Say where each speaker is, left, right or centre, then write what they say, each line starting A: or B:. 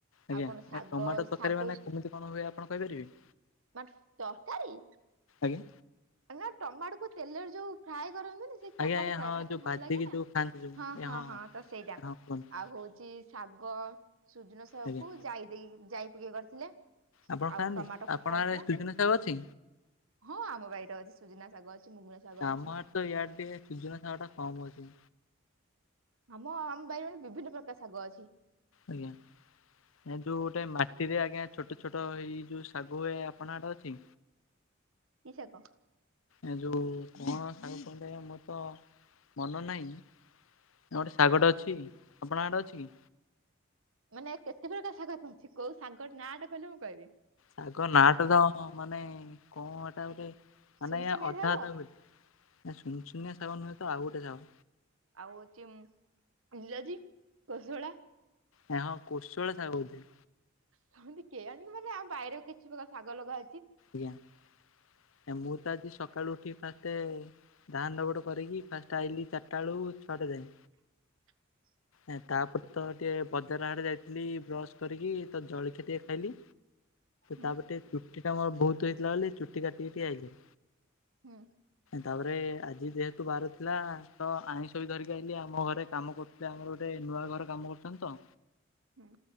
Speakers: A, on the left; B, on the right.
A: ଆଜ୍ଞା
B: ଆଉ କଣ ଶାଗ
A: ଆ ଟମାଟୋ ତରକାରୀ
B: ଶାଗ
A: ମାନେ କେମିତି କଣ ହୁଏ ଆପଣ କହିପାରିବେ?
B: ମ ତରକାରୀ
A: ଆଜ୍ଞା।
B: ନା ଟମାଟୋକୁ ତେଲରେ ଯୋଉ ଫ୍ରାଏ କରନ୍ତିନି, ସେଇ
A: ଆଜ୍ଞା
B: ଟମାଟୋ
A: ଆଜ୍ଞା
B: ଫ୍ରାଏ
A: ହଁ
B: ମତେ
A: ଯୋଉ
B: ଭଲ
A: ଭାଜିକି
B: ଲାଗେ ନା।
A: ଯୋଉ ଖାଆନ୍ତି ଯୋଉ
B: ହଁ
A: ଆଜ୍ଞା
B: ହଁ ହଁ ତ ସେଇଟା।
A: ହଁ, କୁହନ୍ତୁ
B: ଆଉ ହଉଛି ଶାଗ, ସୁଜନ ଶାଗ
A: ଆଜ୍ଞା।
B: କୁ ଯାଇ ଦେଇ ଯାଇ ପକେଇ କରିଥିଲେ।
A: ଆପଣ
B: ଆଉ
A: ଖାଆନ୍ତି
B: ଟମାଟୋ ଖଟା
A: ଆପଣ
B: ହେଇଥିଲା
A: ଆଡେ ସୁଜୁନା ଶାଗ ଅଛି?
B: ହଁ ଆମ ବାଇ ଆଜି ସୁଜନା ଶାଗ ଅଛି ମୁଗୁନା ଶାଗ
A: ଆମ
B: ଅଛି।
A: ଆଡେ ତ ୟାଡେ ଟିକେ ସୁଜୁନା ଶାଗଟା କମ ଅଛି।
B: ଆମ ଆମ ବାଇରେ ବିଭିନ୍ନ ପ୍ରକାର ଶାଗ ଅଛି।
A: ଆଜ୍ଞା। ଏ ଯୋଉ ଗୋଟେ ମାଟି ରେ ଆଜ୍ଞା ଛୋଟ ଛୋଟ ଏଇ ଯୋଉ ଶାଗ ହୁଏ ଆପଣ ଆଡେ ଅଛି?
B: କି ଶାଗ?
A: ଏ ଯୋଉ କଣ ଶାଗ ଟା ମୋର ତ ମନ ନାହିଁ। ଆଉ ଗୋଟେ ଶାଗଟେ ଅଛି ଆପଣଙ୍କ ଆଡେ ଅଛି କି?
B: ମାନେ କେତେ ପ୍ରକାର ଶାଗ ତ ଅଛି କୋଉ ସାଗର ନାଁଟା କହିଲେ ମୁଁ କହିବି।
A: ଶାଗ ନାଟା ତ ମାନେ କଣ ହେଟା ଗୋଟେ ମାନେ
B: ସୁନସୁନିଆ
A: ଅଧା
B: ଶାଗ
A: ଅଧା ହୁଏ ଆ ସୁନ ଶୁନିଆ ସାଗ ନୁହେଁ ତ ଆଉ ଗୋଟେ ସାଗ।
B: ଆଉ ହଉଛି ନିଲଜି କୋସଳା।
A: ହଁ କୋଶୋଳା ଶାଗ ବୋଧେ।
B: ସେମିତି କେଏଇଆଣି ମାନେ ଆମ ବାାଇରେ କିଛି ପ୍ରକାର ଶାଗ ଲଗା ହେଇଛି।
A: ଆଜ୍ଞା ମୁଁ ତ ଆଜି ସକାଳୁ ଉଠି ଫାଷ୍ଟେ ଧାନ ଧାପଡ କରିକି ଫାଷ୍ଟ ଆଇଲିି ଚାରିଟା ବେୁଳୁ ଛଅଟା ଯାଏ।
B: <inaudible>
A: ଏଁ ତାପରେ ତ ଟିକେ ବଜାର ଆଡେ ଯାଇଥିଲି ବ୍ରଶ କରିକି ତ ଜଳିଖିଆ ଟିକେ ଖାଇଲି
B: ହୁଁ
A: ତାପଟେ ଚୁଟି ଟା ମୋର ବହୁତ ହେଇଥିଲା ବୋଲି ଚୁଟି ଟା କାଟିିକି ଆଇଲି।
B: ହୁଁ।
A: ତାପରେ ଆଜି ଯେହେତୁ ବାର ଥିଲା ତ ଆଇଁଷ ବି ଧରିକି ଆଇିଲି ଆମ ଘରେ କାମ କରୁ ସେ ଆମର ଗୋଟେ ନୂଆ ଘର କାମ କରୁଛନ୍ତି ତ
B: ହୁଁ।